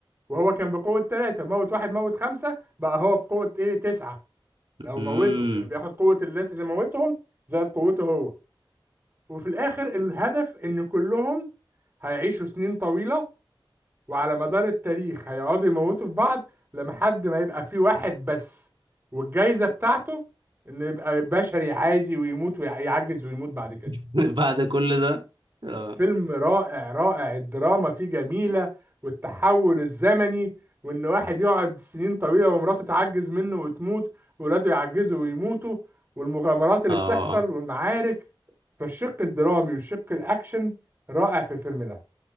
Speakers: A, on the right; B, on the right.
A: وهو كان بقوة ثلاثة موت واحد موت خمسة بقى هو بقوة ايه تسعة لو
B: امم
A: موته يعني بياخد قوة الناس اللي موتهم زائد قوته هو وفي الآخر الهدف إن كلهم هيعيشوا سنين طويلة وعلى مدار التاريخ هيقعدوا يموتوا في بعض لحد ما يبقى في واحد بس والجايزة بتاعته إنه يبقى بشري عادي ويموت ويعجز ويموت بعد كده
B: <laughs> بعد كل ده اه
A: فيلم رائع رائع الدراما فيه جميلة والتحول الزمني وإن واحد يقعد سنين طويلة ومراته تعجز منه وتموت وولاده يعجزوا ويموتوا والمغامرات اللي
B: اه
A: بتحصل والمعارك فالشق الدرامي والشق الأكشن رائع في الفيلم ده